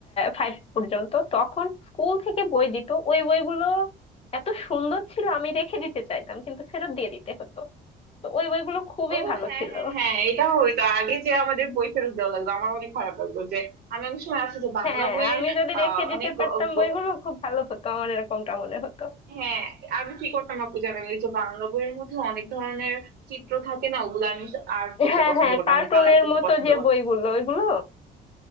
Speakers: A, on the left; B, on the right.
A: ফাইভ পর্যন্ত তখন স্কুল থেকে বই দিত ওই বইগুলো এত সুন্দর ছিল আমি রেখে দিতে চাইতাম কিন্তু ফেরত দিয়ে দিতে হতো তো ওই বইগুলো খুবই
B: ও
A: ভালো
B: হ্যাঁ
A: ছিল
B: হ্যাঁ হ্যাঁ এটা হইতো আগে যে আমাদের বই ফেরত দেওয়া লাগতো আমার অনেক খারাপ লাগতো যে আমি অনেক সময় আছে যে বাংলা
A: হ্যাঁ
B: বইয়ের
A: আমি যদি
B: আহ
A: রেখে দিতে
B: অনেক
A: পারতাম
B: গ- গ-
A: বইগুলো খুব ভালো হতো আমার এরকমটা মনে হতো
B: হ্যাঁ আমি কি করতাম আপু জানেন ওই যে বাংলা বইয়ের মধ্যে অনেক ধরনের চিত্র থাকে না ওগুলো আমি আর্ট করতে
A: হ্যাঁ
B: পছন্দ
A: হ্যাঁ
B: করতাম
A: কার্টুনের
B: মানে কালার করতে
A: মতো
B: পছন্দ
A: যে
B: করতাম
A: বইগুলো ওইগুলো